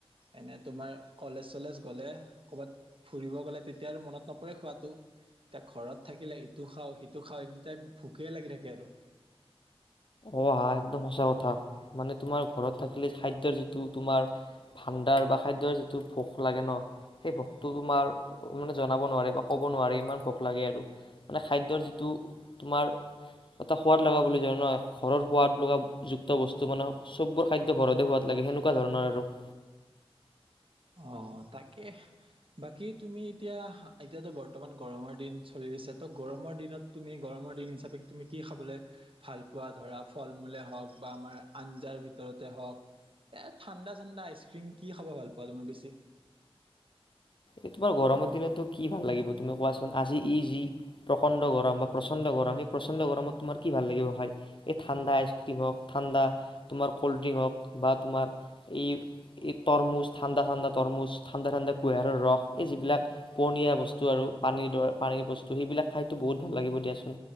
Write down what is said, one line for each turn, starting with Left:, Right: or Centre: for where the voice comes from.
Right: এনে তোমাৰ কলেজ চলেজ গলে কৰ'বাত ফুৰিব গ'লে তেতিয়া আৰু মনত নপৰে খোৱটো এতিয়া ঘৰত থাকিলে ইটো খাও সিটো খাওঁ এনে টাইম ভোকে লাগি থাকে আৰু।
Left: অ হা একদম সঁচা কথা, মানে তোমাৰ ঘৰত থাকিলে খাদ্যয়ৰ যিটো তোমাৰ ভাণ্ডাৰ বা খাদ্যৰ যিটো ভোক লাগে ন, সেই ভোকটো তোমাৰ মানে জনাব নোৱাৰে বা ক'ব নোৱাৰে ইমান ভোক লাগে আৰু। মানে খাদ্যৰ যিটো তোমাৰ এটা সোৱাদ লগাব বুলি জ নহয় ঘৰৰ সোৱাদ লগা যুক্ত বস্তু মানে সববোৰ খাদ্য ঘৰতে হোৱাত লাগে সেনেকুৱা ধৰণৰ আৰু। <inaudible>
Right: অ তাকে। বাকী তুমি এতিয়া এতিয়াতো বৰ্তমান গৰমৰ দিন চলি আছে ত' গৰমৰ দিনত তুমি গৰম ৰ দিন হিচাপে তুমি কি খাবলে ভাল পোৱা ধৰা, ফল মূলে হওঁক বা আমাৰ আঞ্জাৰ ভিতৰত হক এ ঠাণ্ডা ঠাণ্ডা আইচ ক্ৰীম কি খাব ভাল প পোৱা তুমি বেছি?
Left: এই তোমাৰ গৰমৰ দিনতো কি ভাল লাগিব তুমি কোৱাচোন? আজি ই যি প্ৰকাণ্ড গৰম বা প্ৰচণ্ড গৰম আমি প্ৰচণ্ড গৰমত তোমাৰ কি ভাল লাগিব খাই এই ঠাণ্ড আইচ্ৰ্ৰীম হওক ঠাণ্ডা তোমাৰ কল্ড্ৰিংক হওক বা তোমাৰ এই তৰমুজ ঠাণ্ডা ঠাণ্ডা তৰমুজ ঠাণ্ডা ঠাণ্ডা কুহিযাৰৰ ৰস এই যিবিলাক পহনীয়া বস্তু আৰু পানীৰ দৰে পানীৰ বস্তু সেইবিলাক খাইতো বহুত ভাল লাগিব দিয়াচোন।